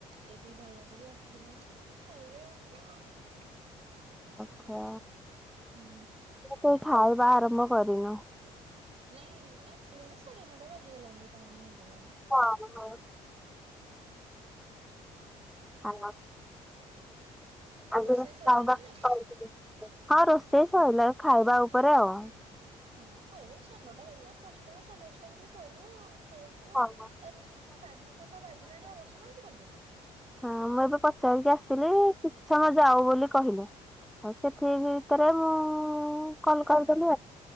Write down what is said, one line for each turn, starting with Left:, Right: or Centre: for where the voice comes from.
Right: ଇଏ ଦି ଭାଇଆକ ବି ଆସିଲେଣି ଖାଇବେ ଆଉ।
Centre: ଆଛା
Right: ହୁଁ
Centre: ସେଇ ଖାଇବା ଆରମ୍ଭ କରିନୁ।
Right: ନାଇ ଆସିଲେଣିି ସାଢ଼େ ନଅଟା ବାଜଜିଗଲାଣି ବି ଟାଇମ ହେଇଗଲାଣି।
Centre: ହଁ ହଁ। ଆ ଆଗ
Right: ରୋଷେଇ ସରିଲା
Centre: ଖାଉକୁଥିଲ।
Right: ନା ନାଇଁ
Centre: ହଁ ରୋଷେଇ ସରିଲା ଖାଇବା ଉପରେ ଆଉ।
Right: ହଁ ଖାଇବାର ସଢେ ନଅଟା ବାଜିଲାଣି ଦଶଟା ସାଢ଼େ ଦଶଟା ଭିତରେ ସରିଯିବ ଆଉ। ଖାଇବ ପିଇବ
Centre: ହଁ
Right: ଏ ସାଢେ ନଅଟା ତ ବାଜିଲାଣି ଆଉ ବସୁନାହାନ୍ତି କଣପାଇଁ?
Centre: ହଁ ମୁଁ ଏବେ ପଚାରିକି ଆସିଲି କିଛି ସମୟ ଯାଉ ବୋଲି କହିଲେ। ଆଉ ସେତିକି ଭିତରେ ମୁଁ କଲ କରିଦେଲି
Right: ହଁ
Centre: ଆଉ।